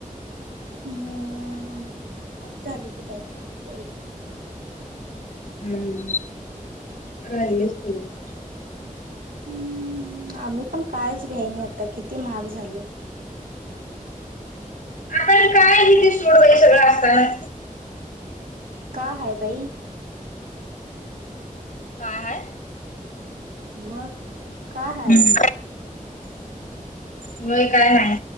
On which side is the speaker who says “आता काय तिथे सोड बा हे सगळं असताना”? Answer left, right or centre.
Left